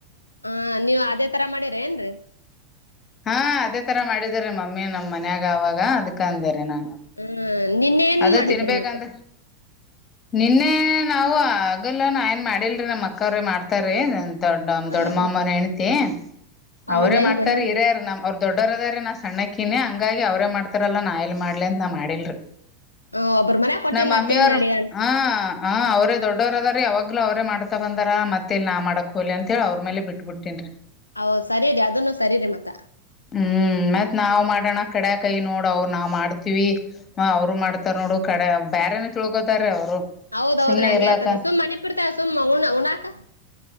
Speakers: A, on the left (about 80°); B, on the left (about 25°).
A: ಹ ನೀವ ಅದೇ ತರ ಮಾಡಿರ ಏನ್ರರಿ
B: ಹಾ ಅದೇ ತರ ಮಾಡಿದ್ರ ಮಮ್ಮಿ ನಮ್ ಮನ್ಯಾಗ ಅವಾಗ ಅದ್ಕಂದೆ ನಾ
A: ಹ್ಮ್ ನಿನ್ನೇನ್
B: ಅದು
A: ಮಾಡಿದ್ರಿ
B: ತಿನ್ಬೇಕಂದೆ
A: ಮತ್ತ
B: ನಿನ್ನೆ ನಾವವು ಆಗಲ್ಲ ನಾ ಏನ್ ಮಾಡಿಲ್ರಿ ನಮ್ಮ್ ಅಕ್ಕ ಅವ್ರೆ ಮಾಡ್ತಾರೆ ದೊಡ್ಡ
A: ಹ್ಮ್
B: ದೊಡ್ಡ ಮಾಮ್ಮನ ಹೆಣತಿ
A: ಹೌದೇನ್ರಿ
B: ಅವ್ರೇ ಮಾಡ್ತಾರ
A: ಹ್ಮ್
B: ಹಿರಿಯರು ನಮ ಅವ್ರ ದೊಡ್ಡೋರದ್ರ ನಾ ಸಣ್ಣಕ್ಕಿನಿ ಹಂಗಾಗಿ ಅವ್ರೇ ಮಾಡ್ತಾರಲ್ಲ ನಾ ಇಲ್ ಮಾಡ್ಲಿ ಅಂತ ನ ಮಾಡಿಲ್ರರಿ
A: ಹ್ಮ್ ಒಬ್ರ ಮನ್ಯಾಗ ಕೊಟ್ಟೇನ್
B: ನಮ್ಮ
A: ಮತ್ತೇನ್
B: ಅಮ್ಮಿಯಾರ
A: ನಡಿ ಅನ್
B: ಹಾ ಹಾ ಅವರೇ ದೊಡ್ಡ ದ ಯಾವಾಗ್ಲೂ ಅವ್ರೇ ಮಾಡ್ತಾ ಬಂದಾರ ಮತ್ತೇಲ್ ನಾ ಮಾಡಕ್ ಹೋಲಿ ಅಂತ ಹೇಳಿ ಅವ್ರ ಮೇಲೆ ಬಿಟ್ಬ ಬಿಟ್ಟೇನ್ ರಿ
A: ಹ ಸರಿರಿ ಅದನ್ನು ಸರಿರಿ ಮತ್ತ
B: ಹ್ಮ್ ಮತ್ ನಾವ್ ಮಾಡೋಣ ಕಡ ಕೈ ನೋಡು ಅವ್ರು ನಾವ್ ಮಾಡ್ತೀವಿ ಅವ್ರು ಮಾಡ್ತಾರ ನೋಡು ಕಡೆ ಬೇರೆೇನ ತಿಳ್ಕೋತಾರೆ ಅವ್ರು
A: ಹೌದೌದ್ರಿ
B: ಸುಮ್ನೆ
A: ಹಂಗೆ
B: ಇರ್ಲಾಕ್ಕ
A: ಆತದೆ ಸುಮ್ಮ್ನೆ ಬಿಡ್ತಯ ಸುಮ್ಮ್ ಹಣ ಉಣ್ಣಕ್ಕ